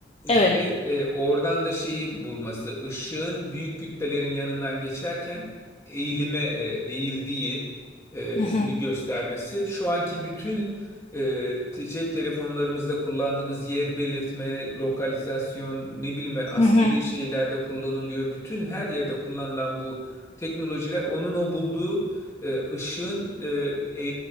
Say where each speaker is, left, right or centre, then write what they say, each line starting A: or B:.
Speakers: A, on the left; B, on the left.
A: ve
B: Evet,
A: e, oradan da şeyi bulması ışığın büyük kütlelerin yanından geçerken eğilime e, eğildiği e,
B: hı hı,
A: mi göstermesi şu anki bütün e, te- cep telefonlarımızda kullandığımız yer belirtme, lokalizasyon, ne bileyim ben askeri
B: hı hı,
A: şeylerde kullanılıyor. Bütün her yerde kullanılan bu teknolojiler onun o bulduğu e, ışığın e, e,